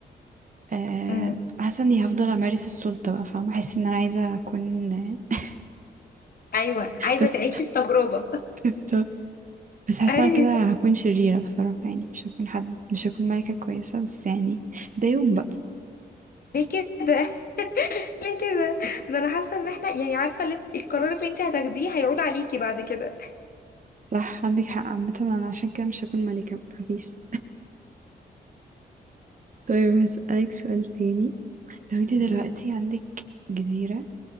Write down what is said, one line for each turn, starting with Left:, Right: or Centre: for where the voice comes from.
Right: آه
Left: مم.
Right: حاسة اني هفضل امارس السلطة بقى فاهمة احس ان انا عايزة اكون آه،
Left: ايوه عايزة
Right: بس
Left: تعيشي التجربة
Right: بالظبط بس حاسة
Left: <laughs> ايوه
Right: أنا كده هكون شريرة بصراحة يعني مش هكون حد مش هكون ملكة كويسة بس يعني ده يوم بقى
Left: ليه كده <laughs> ليه كده ده انا حاسة ان احنا يعني عارفة اللي- القرار اللي انت هتاخديه هيعود عليكي بعد كده
Right: صح عندك حق عامة انا عشان كده مش هكون ملكة متخافيش طيب هسألك سؤال تاني لو انت دلوقتي عندك جزيرة